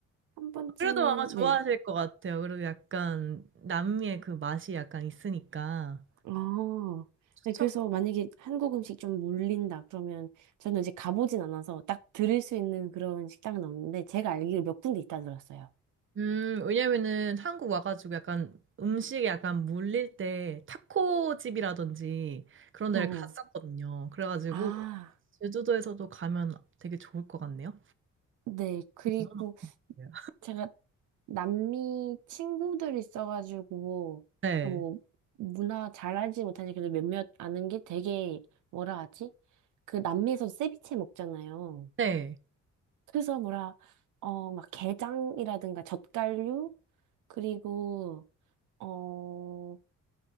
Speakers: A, on the right; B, on the right.
A: 한 번쯤은,
B: 그래도 아마 좋아하실
A: 네,
B: 것 같아요. 그리고 약간 남미의 그 맛이 약간 있으니까.
A: 아,
B: 추천
A: 네, 그래서 만약에 한국 음식 좀 물린다 그러면 저는 이제 가보진 않아서 딱 들을 수 있는 그런 식당은 없는데 제가 알기로 몇 군데 있다 들었어요.
B: 음, 왜냐면은 한국 와가지고 약간 음식에 약간 물릴 때 타코집이라든지 그런
A: 어.
B: 데를 갔었거든요. 그래가지고
A: 아,
B: 제주도에서도 가면 되게 좋을 것 같네요.
A: 네. 그리고
B: 너무 맛있요
A: 제가 남미 친구들 있어가지고
B: 네.
A: 뭐 문화 잘 알지 못하니 그래도 몇몇 아는 게 되게 뭐라 하지? 그 남미에서 세비체 먹잖아요.
B: 네.
A: 그래서 뭐라 어 막 게장이라든가 젓갈류 그리고 어,